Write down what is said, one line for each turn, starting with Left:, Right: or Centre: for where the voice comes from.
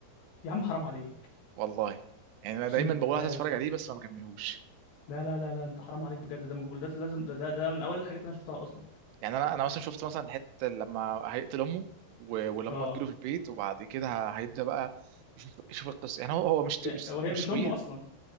Left: يا عم حرام عليك
Right: والله يعني انا
Left: اقسم
Right: دايما
Left: بالله
Right: بقول عايز
Left: يا
Right: اتفرج
Left: اسطى
Right: عليه بس ما بكملوش
Left: لا لا لا لا انت حرام عليك بجد ده من الجولدات لازم ده ده, ده من اول الحاجات اللي انا شفتها اصلا
Right: يعني انا انا مثلا شفت مثلا الحته لما هيقتل امه و- ولما
Left: اه
Right: تجيله في البيت وبعد كده ه- هيبدا بقى يشوف يشوف القصه يعني هو هو مش
Left: هي-
Right: مش
Left: وهي
Right: مش
Left: مش
Right: سكوير
Left: امه اصلا